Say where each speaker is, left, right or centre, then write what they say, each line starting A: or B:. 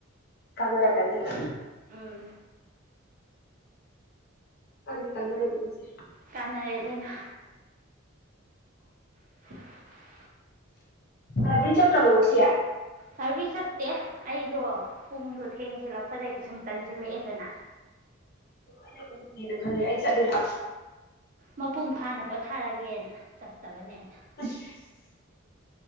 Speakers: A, on the left; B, on the right.
A: ꯀꯗꯣꯔ ꯀꯅꯤꯒ
B: ꯎꯝ
A: ꯀꯅꯤ ꯀꯅ ꯂꯩ ꯑꯗꯨꯅꯁꯦ
B: ꯀꯅꯥꯔꯗꯅ <unintelligible>
A: ꯂꯥꯏꯕ꯭ꯔꯦꯔꯤ ꯆꯠꯇ꯭ꯔꯕꯣ ꯉꯁꯤ
B: ꯂꯥꯕꯦꯔꯤ ꯆꯠꯇꯦ ꯑꯩꯗꯣ ꯄꯨꯡꯗꯣ ꯊꯦꯡꯖꯤꯜꯂꯛꯄꯗꯒꯤ ꯁꯨꯝ ꯇꯟꯁꯤꯜꯂꯛꯑꯦꯗꯅ
A: ꯑꯩꯅ ꯎꯗꯦꯅ ꯈꯜꯂꯦ ꯑꯩ ꯆꯠꯂꯦꯕ
B: ꯃꯄꯨꯡ ꯐꯥꯅ ꯄꯣꯊꯥꯔꯒꯦꯅ ꯆꯠꯇꯕꯅꯦ ꯑꯩ
A: <unintelligible>